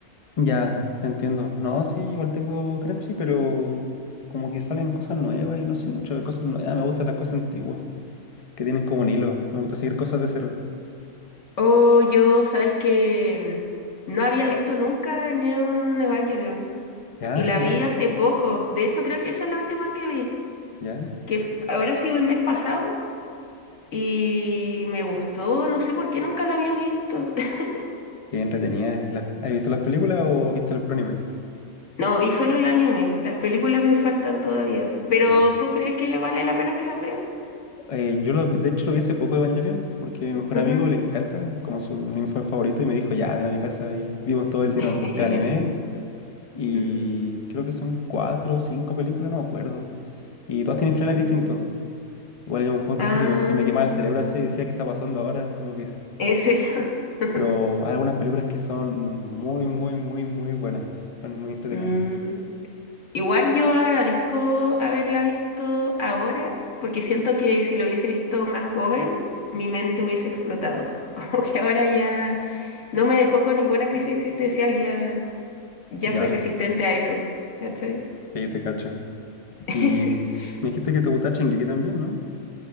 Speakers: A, on the left (about 35°); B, on the left (about 55°).
A: Ya, te entiendo. No, sí, igual tengo Crunchy, pero como que salen cosas nuevas y no sé mucho de cosas nuevas. Me gustan las cosas antiguas, que tienen como un hilo. Me gusta seguir cosas de cero.
B: Oh, yo, sabes que no había visto nunca Neon Evangelion
A: Ya,
B: y la
A: ya,
B: vi hace poco. De hecho, creo que esa es la última que vi,
A: ya.
B: que f- habrá sido el mes pasado y me gustó, no sé por qué nunca la había visto. <laughs>
A: Qué entretenida. ¿Y las, has visto las películas o viste el puro anime?
B: No, vi solo el anime, las películas me faltan todavía. Pero
A: Ya.
B: ¿tú crees que vale la pena que las vea?
A: Eh, yo lo, de hecho lo vi hace poco Evangelion, porque mi mejor
B: Ujú.
A: amigo le encanta, como su anime fa- favorito, y me dijo, ya, ven a mi casa y vimos todo el tirón.
B: <laughs>
A: El anime, y
B: Ujú.
A: creo que son cuatro o cinco películas, no me acuerdo. Y todas
B: Mm.
A: tienen finales distintos. Igual llegó un punto
B: Ah,
A: así que me- se me quemaba el cerebro así, decía, ¿qué está pasando ahora? Como que...
B: ese. <laughs>
A: Pero hay algunas películas que son muy, muy, muy, muy buenas. Son muy entretenidas.
B: Mm. Igual yo agradezco haberla visto ahora, porque siento que si lo hubiese visto más joven, mi mente hubiese explotado. <laughs> Como que ahora ya no me dejó con ninguna crisis existencial, ya, ya
A: Ya,
B: soy resistente a eso. ¿Cachai?
A: sí, te cacho.
B: <laughs>
A: Y me dijiste que te gusta Shingeki también, ¿no?